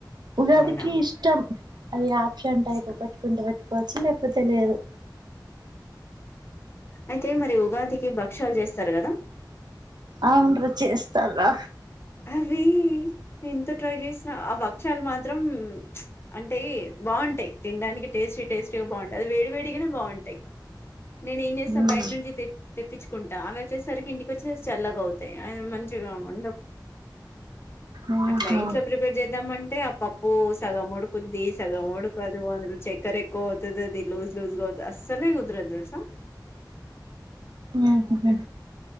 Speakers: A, on the right (about 65°); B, on the left (about 30°).
A: ఉగాదికి
B: అవునా
A: ఇష్టం అది ఆప్షన్ అంటాది
B: ఇష్టంతో
A: పెట్టుకుంటే పెట్టుకోవచ్చు లేకపోతే లేదు
B: అయితే మరి ఉగాదికి భక్ష్యాలు చేస్తారు కదా
A: అవును రా చేస్తారు రా
B: అవీ ఎంతో ట్రై చేసిన ఆ భక్షాలు మాత్రం అంటే బాగుంటాయి తినడానికి టెస్టీ టెస్టీగా బాగుంటాయి అది వేడి వేడి బాగుంటాయి నేను ఏం చేస్తా
A: మ్మ్
B: బయట నుంచి తెప్ప్ తెప్పించుకుంటా అవి వచ్చేసరికి ఇంటికి వచ్చే చల్లగా అవుతాయి అవి మంచిగా ఉండవు
A: ఆహా
B: అట్లా ఇంట్లో ప్రిపేర్ చేద్దామంటే ఆ పప్పు సగం ఉడుకుద్ది సగం ఉడకదు అందులో చెక్ చెక్కెర ఎక్కువ అవుతాది అది లూజ్ లూజ్ గా అవుతాది అసలే కుదరదు తెలుసా
A: ఉహు హూ